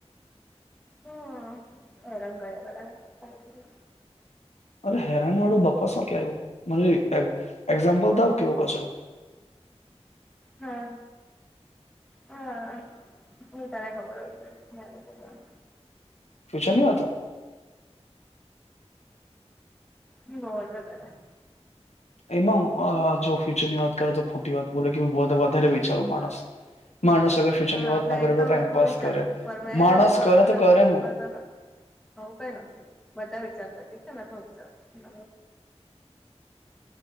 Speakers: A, in the centre; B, on the left (about 75°).
A: હમ હેરાન કર્યા કરે
B: અરે હેરાન વાળું બકવાસ માં ક્યાં આવું મને એક્ઝામ્પલ થાઓ
A: હમ
B: કેવો કચરો
A: હા હા, હુ તને ખબર હોય છેને.
B: ફ્યુચર નહી, વાતો
A: હ, હોદ, બરા
B: એમા, જો ફ્યુચરની વાત કરે, તો ખોટી વાત બોલે કે વધારે વિચારું માણસ માણસ અગર ફ્યુચરની
A: હા,
B: વાત
A: તો
B: ના કરે
A: એતો
B: ટાઈમપાસ
A: મેં પણ વિચારવું
B: કરે
A: પણ મેં
B: માણસ
A: એંધુ કરુ,
B: કરે
A: તો અલગ
B: કરે
A: તોરું
B: હું
A: ક તો અલગ આહુ કઈ નથી. બધા વિચારતા ઠીક છેને, કો વિચારતું <unintelligible>